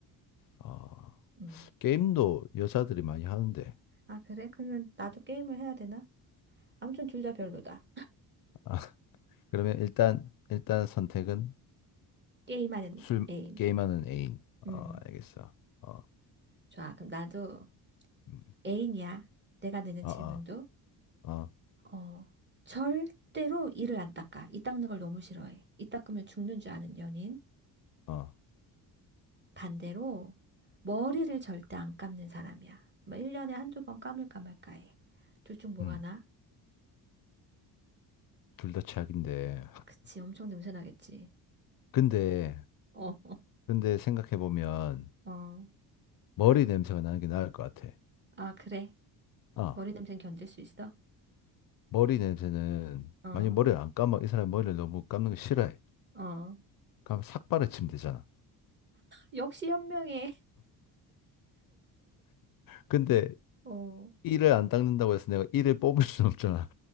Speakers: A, on the left; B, on the right.
A: 어,
B: 음.
A: 게임도 여자들이 많이 하는데.
B: 아, 그래? 그러면 나도 게임을 해야 되나? 아무튼 둘 다 별로다.
A: 아, <laughs> 그러면 일단 일단 선택은
B: 게임하는
A: 술
B: 애인.
A: 게임하는 애인.
B: 음.
A: 어, 알겠어. 어,
B: 좋아. 그럼 나도
A: 음.
B: 애인이야. 내가 내는
A: 어,
B: 질문도.
A: 어, 어,
B: 어, 절대로 이를 안 닦아. 이 닦는 걸 너무 싫어해. 이 닦으면 죽는 줄 아는 연인.
A: 어.
B: 반대로 머리를 절대 안 감는 사람이야. 뭐 1년에 한두 번 감을까 말까 해. 둘 중 뭐가
A: 음,
B: 나?
A: 둘 다 최악인데.
B: 그치, 엄청 냄새 나겠지.
A: 근데,
B: 어, <laughs>
A: 근데 생각해보면
B: 어.
A: 머리 냄새가 나는 게 나을 것 같아.
B: 아, 그래.
A: 아,
B: 머리 냄새는 견딜 수 있어?
A: 머리 냄새는,
B: 어,
A: 만약 머리를 안 감아, 이 사람이 머리를 너무 감는 거 싫어해.
B: 어.
A: 그럼 삭 발라치면 되잖아.
B: 역시 현명해.
A: 근데
B: <laughs> 어,
A: 이를 안 닦는다고 해서 내가 이를 뽑을 순 없잖아.